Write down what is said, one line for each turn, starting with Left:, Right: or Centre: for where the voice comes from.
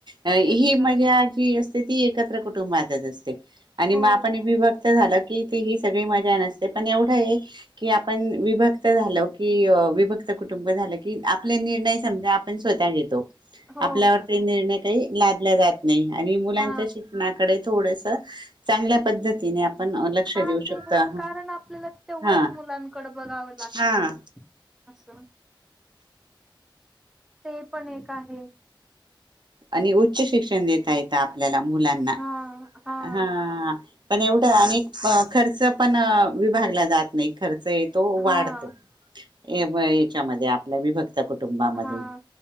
Right: ही
Centre: तेच ना
Right: मज्या जी असते ती एकत्र त्र कुटूंबात तज असते आणि
Centre: हो
Right: म आपण विभक्त झाल कि, कि ती ही सगळी मजा नसते पण एवढं आहे की, आपण विभक्त झालो, की विभक्त कुटुंब झालं की, आपले निर्णय समजा आपण स्वतः घेतो.
Centre: हो.
Right: आपल्यावर ते निर्णय काही लादल्या जात नाही आणि मुलांच्या
Centre: हा.
Right: शिक्षणाकडे थोडस. चांगल्या पद्धतीने आपण लक्ष
Centre: हा
Right: देऊ
Centre: ते
Right: शकतो
Centre: होत कारण आपल्याला तेवढ्याच
Right: हा
Centre: मुलांकडे बघाव लागत
Right: हा.
Centre: अस ते पण एक आहे
Right: आणि उच्च शिक्षण देता येत आपल्या आपल्याला मुलांना
Centre: हां हां
Right: हा. पण एवढ अन खर्च पण विभागला जात नाही खर्च च येतो वाढतो
Centre: हां
Right: ए बायचे. त्यामध्ये आपला विभक्त कुटुंबामध्ये
Centre: हा